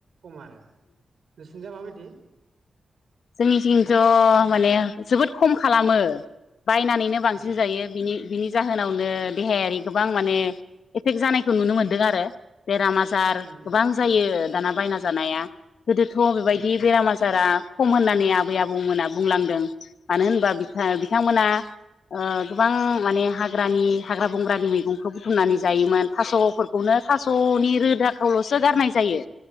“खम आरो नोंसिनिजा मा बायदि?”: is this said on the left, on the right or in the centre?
Right